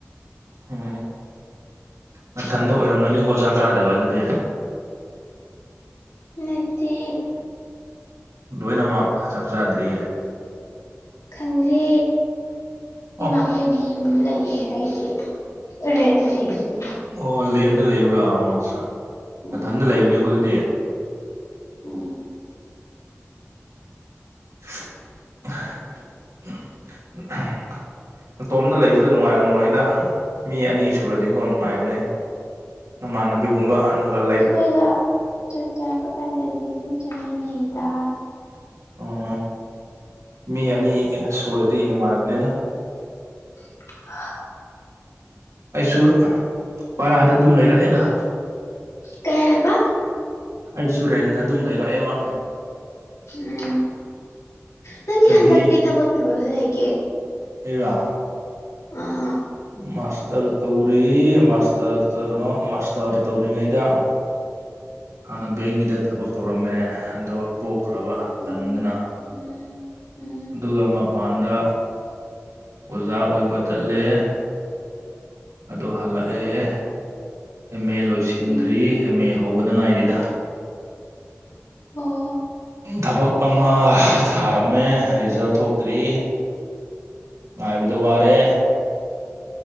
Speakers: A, on the right (about 85°); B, on the left (about 80°).
A: ꯑꯝ ꯃꯊꯟꯗ ꯑꯣꯏꯔꯝꯃꯅꯤꯀꯣ ꯆꯥꯛ ꯆꯥꯗꯕ ꯑꯗꯨꯗꯤ
B: ꯅꯠꯇꯦ
A: ꯂꯣꯏꯅꯃꯛ ꯆꯥꯛ ꯆꯥꯗ꯭ꯔꯤ
B: ꯈꯪꯗꯦ
A: ꯑꯣ
B: ꯏꯃꯥꯈꯣꯏꯗꯤ ꯌꯨꯝ ꯂꯩꯌꯦ ꯍꯥꯏꯗꯤ ꯔꯦꯟ ꯂꯩꯌꯦ ꯑꯗꯨꯒꯤ
A: ꯑꯣ ꯂꯦꯟꯗ ꯂꯩꯕ꯭ꯔꯥ ꯑꯣ ꯑꯠꯁꯥ
B: ꯎꯝ
A: ꯅꯊꯟꯗ ꯂꯩꯕꯅꯦꯀꯣ ꯑꯗꯨꯗꯤ
B: ꯎꯝ
A: ꯎ <inaudible> ꯅꯇꯣꯝꯗ ꯂꯩꯕꯗꯣ ꯅꯨꯡꯉꯥꯏꯔꯝꯂꯣꯏꯗ ꯃꯤ ꯑꯅꯤ ꯁꯨꯔꯗꯤꯀꯣ ꯅꯨꯡꯉꯥꯏꯕꯅꯦ ꯅꯃꯥꯟꯅꯕꯤꯒꯨꯝꯕ ꯑꯃꯒ ꯂꯩ
B: ꯑꯩꯒ ꯆꯥꯛ ꯆꯥꯄ ꯀꯥꯟꯗꯗꯤ ꯑꯗꯨꯝ ꯆꯠꯃꯤꯟꯅꯩꯗ
A: ꯎꯝ ꯃꯤ ꯑꯅꯤ ꯁꯨꯔꯗꯤ ꯅꯨꯡꯉꯥꯏꯕꯅꯤꯅ
B: <inaudible>
A: ꯑꯩꯁꯨ ꯄꯔꯥꯗ ꯑꯗꯨꯝ ꯂꯩꯔꯛꯑꯦꯗ
B: ꯀꯩ ꯍꯥꯏꯕ
A: ꯑꯩꯁꯨ ꯔꯦꯟꯗ ꯑꯗꯨꯝ ꯂꯩꯔꯛꯑꯦꯕ
B: ꯎꯝ ꯅꯪꯒꯤ
A: ꯆꯍꯤ
B: ꯍꯟꯗꯛ ꯀꯩ ꯊꯕꯛ ꯇꯧꯔꯒ ꯂꯩꯒꯦ
A: ꯑꯩꯔ
B: ꯑꯥ
A: ꯃꯥꯁꯇꯔ ꯇꯧꯔꯤ ꯃꯥꯁꯇꯔ ꯀꯩꯅꯣ ꯃꯥꯁꯇꯔ ꯇꯧ꯭ꯔꯤꯉꯩꯗ ꯍꯥꯟꯅ ꯕꯦꯡꯒꯤꯗ ꯊꯕꯛ ꯇꯧꯔꯝꯃꯦ ꯑꯗꯣ ꯇꯣꯛꯈ꯭ꯔꯕ
B: ꯑꯣ
A: ꯇꯟꯗꯅ
B: ꯎꯝ ꯎꯝ
A: ꯑꯗꯨꯒ ꯃꯄꯥꯟꯗ ꯑꯣꯖꯥ ꯑꯣꯏꯕ ꯆꯠꯂꯦ ꯑꯗꯨ ꯍꯜꯂꯛꯑꯦ M A ꯂꯣꯏꯁꯤꯟꯗ꯭ꯔꯤ
B: um
A: M A ꯍꯧꯕꯗ ꯉꯥꯏꯔꯤꯗ
B: ꯑꯣ
A: ꯊꯕꯛ ꯑꯃ ꯊꯥꯔꯝꯃꯦ ꯔꯤꯖꯜ ꯊꯣꯛꯇ꯭ꯔꯤ ꯉꯥꯏꯕꯗ ꯋꯥꯔꯦ